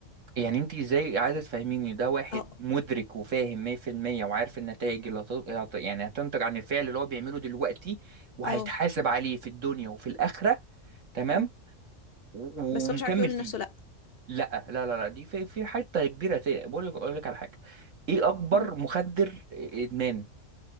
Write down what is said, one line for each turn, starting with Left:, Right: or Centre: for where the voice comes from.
Right: يعني انت ازاي عايزه تفهميني ده واحد
Left: اه
Right: مدرك وفاهم 100% وعارف النتائج اللي هت... هت- يعني هتنتج عن الفعل اللي هو بيعمله دلوقتي وهيتحاسب
Left: اه
Right: عليه في الدنيا وفي الآخرة تمام
Left: اه
Right: و-
Left: بس
Right: ومكمل
Left: هو مش عارف يقول
Right: فيه
Left: لنفسه لا
Right: لا لا لا لا دي في في حته كبيره ت- بقول لك اقول لك على حاجه ايه اكبر
Left: مم.
Right: مخدر ادمان